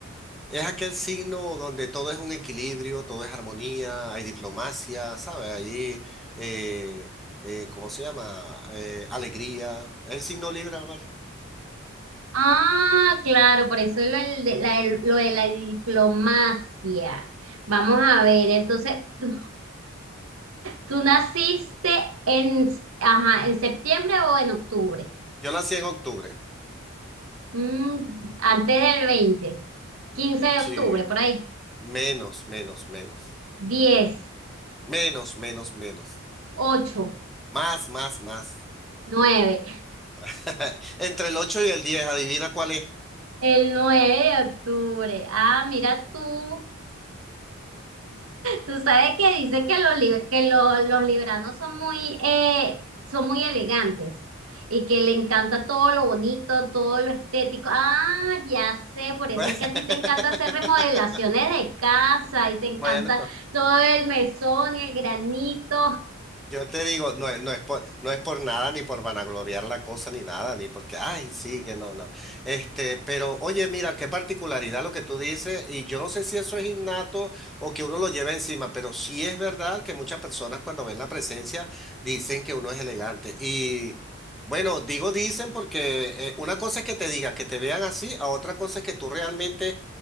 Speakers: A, in the centre; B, on the right.
A: Es aquel signo donde todo es un equilibrio, todo es armonía, hay diplomacia, ¿sabes? Allí, eh, eh, ¿cómo se llama? Eh, alegría. Es el signo Libra, ¿vale?
B: Ah, claro, por eso lo del- de la, lo de la diplomacia. Vamos a ver, entonces, <laughs> ¿tú, tú naciste en, ajá, en septiembre o en octubre?
A: Yo nací en octubre.
B: Mm, antes del 20, quince de
A: Sí,
B: octubre, por ahí.
A: menos, menos, menos.
B: 10,
A: Menos, menos, menos.
B: 8,
A: Más, más, más.
B: 9.
A: <laughs> Entre el 8 y el diez, adivina cuál es.
B: el 9 de octubre. Ah, mira tú. Tú sabes que dicen que los, lib- que lo- los libranos son muy, eh, son muy elegantes y que le encanta todo lo bonito, todo lo estético. Ah, ya sé, por
A: <laughs>
B: eso es que a ti te encanta hacer remodelaciones de casa y te
A: Bueno,
B: encanta todo el mesón y el granito,
A: Yo te digo, no, es- no es por, no es por nada, ni por vanagloriar la cosa, ni nada, ni porque, ay, sí, que no, no. Este, pero oye, mira, qué particularidad lo que tú dices, y yo no sé si eso es innato o que uno lo lleva encima, pero sí es verdad que muchas personas cuando ven la presencia dicen que uno es elegante. Y bueno, digo dicen porque eh, una cosa es que te digan, que te vean así, a otra cosa es que tú realmente...